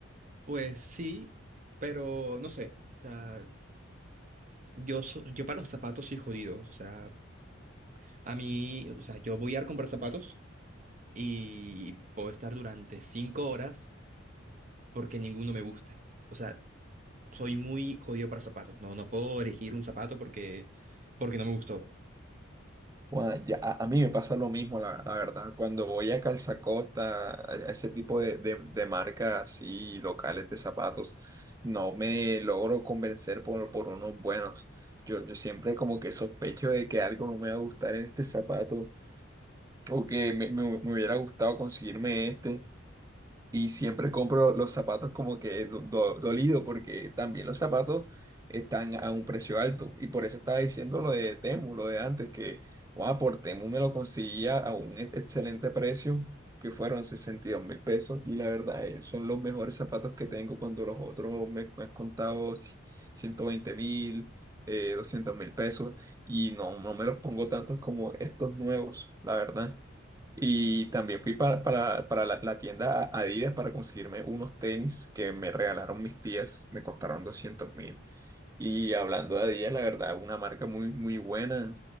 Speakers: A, on the right (about 35°); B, on the right (about 15°).
A: Pues sí, pero no sé, o sea, yo, so- yo para los zapatos soy jodido, o sea, a mí, o sea, yo voy a ir a comprar zapatos y puedo estar durante cinco horas porque ninguno me gusta, o sea, soy muy jodido para zapatos, no, no puedo elegir un zapato porque, porque no me gustó.
B: Guau, ya, a, a mí me pasa lo mismo, la, la verdad. Cuando voy a Calzacosta, a, a ese tipo de, de, de marcas así locales de zapatos, no me logro convencer por, por unos buenos. Yo, yo siempre como que sospecho de que algo no me va a gustar en este zapato o que me, me- me hubiera gustado conseguirme este y siempre compro los zapatos como que do- do- dolido porque también los zapatos están a un precio alto y por eso estaba diciendo lo de Temu, lo de antes que guau, por Temu me lo conseguía a un e- excelente precio que fueron 62 mil pesos y la verdad eh, son los mejores zapatos que tengo cuando los otros me, me han contado ci- 120 mil. eh, 200 mil pesos y no, no me los pongo tantos como estos nuevos, la verdad. Y también fui para, para, para la, la tienda Adidas para conseguirme unos tenis que me regalaron mis tías, me costaron doscientos mil. Y hablando de Adidas, la verdad, una marca muy, muy buena,